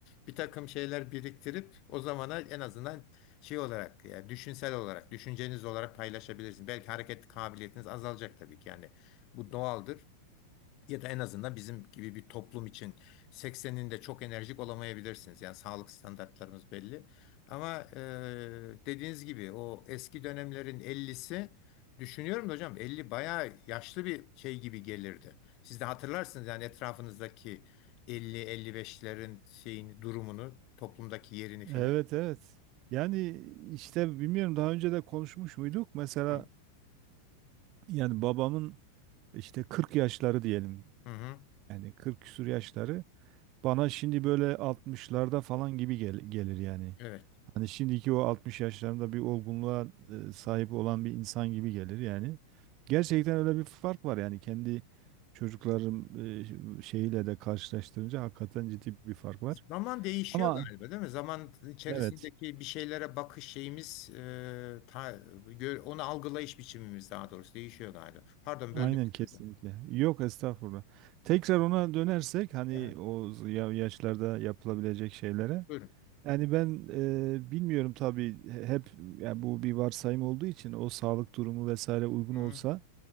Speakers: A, on the left (about 40°); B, on the right (about 40°).
A: bir takım şeyler biriktirip o zamana en azından şey olarak yani düşünsel olarak düşünceniz olarak paylaşabilirsiniz. Belki hareket kabiliyetiniz azalacak tabii ki yani bu doğaldır. Ya da en azından bizim gibi bir toplum için 80'inde çok enerjik olamayabilirsiniz. Yani sağlık standartlarımız belli. Ama e, dediğiniz gibi o eski dönemlerin elli'si düşünüyorum da hocam 50 bayağı yaşlı bir şey gibi gelirdi. Siz de hatırlarsınız yani etrafınızdaki elli elli beşlerin şeyini, durumunu, toplumdaki yerini filan.
B: Evet evet. Yani işte bilmiyorum daha önce de konuşmuş muyduk? Mesela
A: Hı.
B: <clears throat> yani babamın işte 40 yaşları diyelim.
A: Hı hı.
B: Yani 40 küsur yaşları bana şimdi böyle altmışlarda falan gibi gel- gelir yani.
A: Evet.
B: Hani şimdiki o 60 yaşlarında bir olgunluğa e, sahip olan bir insan gibi gelir yani. Gerçekten öyle bir fark var yani kendi çocuklarım e, şeyiyle de karşılaştırınca hakikaten ciddi bir fark var.
A: Zaman değişiyor
B: Ama
A: galiba değil mi? Zaman içerisindeki
B: evet
A: bir şeylere bakış şeyimiz, e, ta- gö- onu algılayış biçimimiz daha doğrusu değişiyor galiba. Pardon
B: Aynen
A: böldüm sizi
B: kesinlikle.
A: hocam.
B: Yok estağfurullah. Tekrar ona dönersek hani
A: Aha,
B: o ya- yaşlarda yapılabilecek şeylere.
A: buyurun.
B: Yani ben e, bilmiyorum tabii he- hep yani bu bir varsayım olduğu için o sağlık durumu vesaire uygun
A: Hı,
B: olsa